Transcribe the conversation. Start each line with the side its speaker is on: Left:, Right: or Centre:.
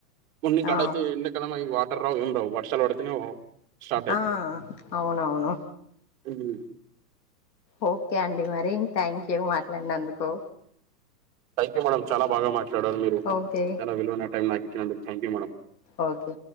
Right: కొన్ని
Left: ఆ
Right: కాడ అయితే ఎండాకాలం అయి వాటర్ రావు ఏమి రావు వర్షాలు పడ తినవ్ స్టార్ట్ అయితయి
Left: ఆ అవునవును
Right: మ్
Left: ఓకే అండి మరి థ్యాంక్ యూ మాట్లాడినందుకు
Right: థ్యాంక్ యూ మేడం చాన బాగా మాట్లాడారు మీరు
Left: ఓకే
Right: చాలా విలువైన టైం నాకు ఇచ్చినందుకు థాంక్యూ మేడం
Left: ఓకె